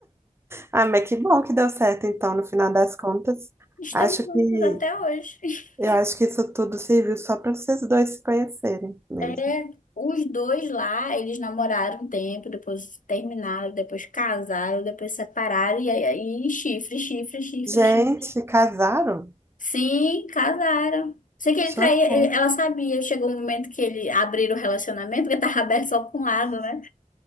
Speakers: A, on the right; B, on the left.
A: Ah, mas que bom que deu certo, então, no final das contas.
B: Estamos
A: Acho
B: juntos
A: que
B: até hoje. <laughs>
A: eu acho que isso tudo serviu só para vocês dois se conhecerem mesmo.
B: É, os dois lá, eles namoraram um tempo, depois terminaram, depois casaram, depois separaram, e aí aí chifre, chifre, chifre,
A: Gente,
B: chifre.
A: casaram?
B: Sim, casaram. Sei que ele
A: Chocou.
B: traía, ele- ela sabia, chegou um momento que ele abriram o relacionamento, porque tava aberto só pra um lado, né?